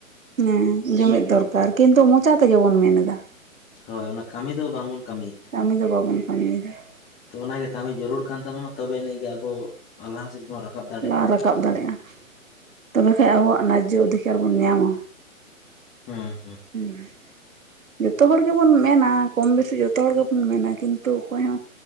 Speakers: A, on the right; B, on the left.
A: ᱦᱮᱸ ᱡᱩᱢᱤᱫ ᱫᱚᱨᱠᱟᱨ ᱠᱤᱱᱛᱩ ᱢᱚᱪᱟ ᱛᱮᱜᱮ ᱵᱚᱱ ᱢᱮᱱ ᱮᱫᱟ
B: ᱦᱳᱭ ᱚᱱᱟ ᱠᱟᱹᱢᱤ ᱫᱚ ᱵᱟᱝᱵᱚᱱ ᱠᱟᱹᱢᱤᱭᱮᱼᱟ
A: ᱠᱟᱹᱢᱤ ᱫᱚ ᱵᱟᱵᱚᱱ ᱠᱟᱹᱢᱤᱭᱮᱫᱟ
B: ᱛᱚ ᱚᱱᱟᱜᱮ ᱠᱟᱹᱢᱤ ᱡᱟᱹᱨᱩᱲ ᱠᱟᱱ ᱛᱟᱵᱚᱱᱟ ᱛᱚᱵᱮ ᱤᱱᱟᱹᱜᱮ ᱟᱵᱚ ᱞᱟᱦᱟ ᱥᱮᱫ ᱵᱚᱱ ᱨᱟᱠᱟᱵ ᱫᱟᱲᱮᱭᱟᱜᱼᱟ
A: ᱞᱟ ᱨᱟᱠᱟᱵ ᱫᱟᱲᱮᱭᱟᱜᱼᱟ ᱛᱚᱵᱮ ᱠᱷᱟᱱᱡ ᱟᱵᱚᱣᱟᱜ ᱚᱫᱷᱤᱠᱟᱨ ᱵᱚᱱ ᱧᱟᱢᱟ
B: ᱦᱩᱸ
A: ᱦᱮᱸ <unintelligible> ᱡᱚᱛᱚ ᱦᱚᱲ ᱜᱮᱵᱚᱱ ᱢᱮᱱᱟ ᱠᱚᱢ ᱵᱮᱥᱤ ᱡᱚᱛᱚ ᱦᱚᱲ ᱜᱮᱵᱚᱱ ᱢᱮᱱᱟ ᱠᱤᱱᱛᱩ ᱚᱠᱚᱭ ᱦᱚᱸ